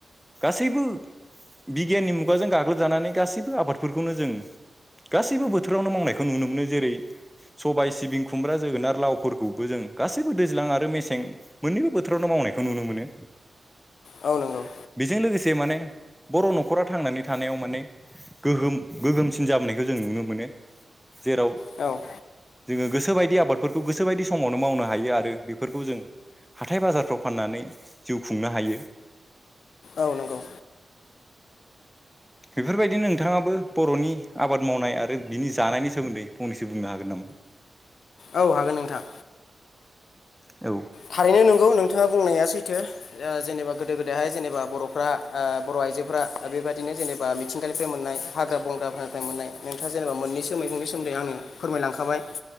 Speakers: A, in the centre; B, on the left.
A: गासैबो बिगियाननि मुगाजों गाग्लोबजानानै गासैबो आबादफोरखौनो जों गासैबो बोथोरावनो मावनायखौ नुनो मोनो जेरै सबाय सिबिं खुमब्रा जोगोन आरो लावफोरखौबो जों गासैबो दैज्लां आरो मेसें मोन्नैबो बोथोरावनो मावनायखौ नुनो मोनो।
B: औ नंगौ
A: बेजों लोगोसे माने बर' न'खरा थांनानै थानायाव माने गोहोम गोहोमसिन जाबोनायखौ जों जों नुनो मोनो। जेराव
B: औ
A: जोंङो गोसोबायदि आबादफोरखौ गोसोबायदि समावनो मावनो हायो आरो बेफोरखौ जों हाथाय बाजारफ्राव फाननानै जिउ खुंनो हायो।
B: औ नंगौ
A: बेफोरबायदिनो नोंथांङाबो बर'नि आबाद मावनाय आरो बिनि जानायनि सोमोन्दै फंनैसो बुंनो हागोन नामा?
B: औ हागोन नोंथां।
A: औ
B: थारैनो नंगौ नोंथांङा बुंनाया सैथो जेनेबा ओ गोदो गोदायहाय ओ जेनेबा बर'फ्रा बर' आ आइजोफोरा बेबायदिनो जेनेबा मिथिंगानिफ्राय मोननाय हाग्रा बंग्राफोरनिफ्राय मोननाय नोंथांङा जेनेबा मोननैसो नि सोन्दै आंनो फोरमायलांखाबाय